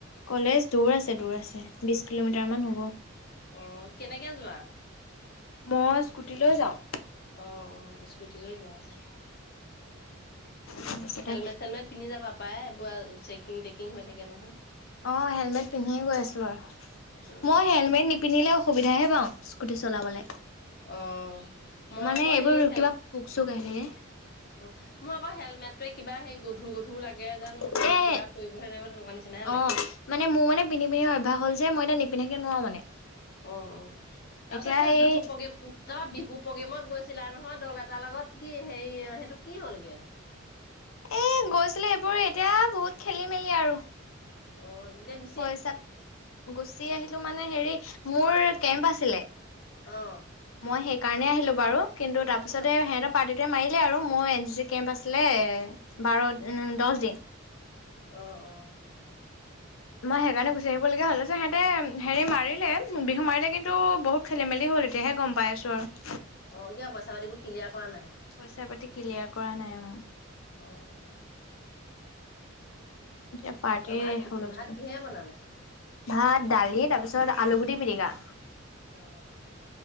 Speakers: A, on the left (about 80°); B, on the left (about 50°).
A: কলেজ দূৰ আছে, দূৰ আছে বিছ কিলোমিটাৰমান হ'ব।
B: অ, কেনেকে যোৱা?
A: মই স্কুটিলৈ যাওঁ।
B: অ, অ, স্কুটিলৈ যোৱা অহ।
A: তাৰপিছতে
B: হেলমেট চেলমেট পিন্ধি যাবা পায়, এইবোৰ আৰু চেকিং টেকিং হৈ থাকে নহয়।
A: অ হেলমেট পিন্ধি গৈ আছোঁ বাৰু।
B: অ'
A: মই হেলমেট নি পিন্ধিলে অসুবিধাহে পাওঁ স্কুটি চলাবলে।
B: অ, মই
A: মানে
B: আকৌ
A: এইবোৰ
B: হেৰি হেল
A: কিবা
B: অ,
A: পোক চোক আহি
B: মোৰ আকৌ হেলমেটটোৱে কিবা হেৰি গধুৰ গধুৰ লাগে জানো,
A: থাকে
B: সেই
A: এ
B: কিবা কৰিবহে নোৱাৰিবা তেনেকুৱা নিচিনাহে
A: অ'
B: লাগে।
A: মানে মোৰ মানে পিন্ধি পিন্ধি অভ্যাস হ'ল যে মই এতিয়া নিপিন্ধাকে নোৱাৰো মানে।
B: অ, অ। তাৰ
A: এতিয়া
B: পিছত কিবা
A: এই
B: বিহু প্ৰগ্ৰেম অ বিহু প্ৰগ্ৰেমত গৈছিলা নহয়, দল এটাৰ লগত, কি হেৰি সেইটো কি হ'লগে?
A: এ, গৈছিলো এইবোৰ এতিয়া বহুত খেলি-মেলি আৰু।
B: অ, <unintelligible>
A: পইচা, গুচি আহিলো মানে হেৰি মোৰ কেম্প আছিলে
B: অ।
A: মই সেইকাৰণে আহিলো বাৰু। কিন্তু তাৰ পিছতে
B: অ
A: সিহতৰ পাৰ্টিত মাৰিলে আৰু মোৰ এন চি চি কেম্প আছিলে বাৰ -দহ দিন।
B: অ, অ।
A: মই সেইকাৰণে গুচি আহিব লগিয়া হ'ল। পিছত সিহঁতে হেৰি মাৰিলে, বিহু মাৰিলে কিন্তু বহুত খেলি হ'ল, এতিয়াহে গম পাই আছো আৰু।
B: অ, কিয় পইচা পাতিবোৰ ক্লিয়াৰ কৰা নাই?
A: পইচা পাতি ক্লিয়াৰ কৰা নাই অহ।
B: অঁ।
A: কিবা পাৰ্টিৰ
B: অ ভাত কি
A: হুলস্থুল
B: ভাত কিহেৰে বনালে
A: ভাত, দালি তাৰ পিছত আলু গুটি পিটিকা।
B: অ,